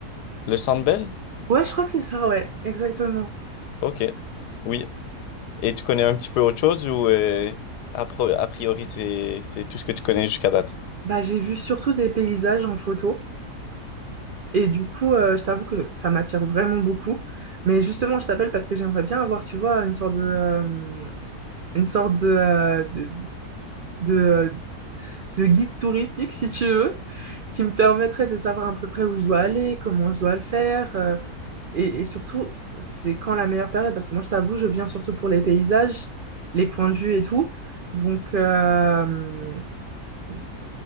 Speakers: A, on the left; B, on the right.
A: Le Centre Bell?
B: Ouais, je crois que c'est ça, ouais, exactement.
A: Ok. Oui. Et tu connais un petit peu autre chose ou euh, a, pro- a priori c'est c'est tout ce que tu connais jusqu'à date?
B: Bah, j'ai vu surtout des paysages en photo. Et du coup, euh, je t'avoue que ça m'attire vraiment beaucoup. Mais justement, je t'appelle parce que j'aimerais bien avoir, tu vois, une sorte de, euh, une sorte de, euh, de, de, de guide touristique, si tu veux, qui me permettrait de savoir à peu près où je dois aller, comment je dois le faire. euh, Et, et surtout, c'est quand la meilleure période? Parce que moi, je t'avoue, je viens surtout pour les paysages, les points de vue et tout. Donc, euh, je-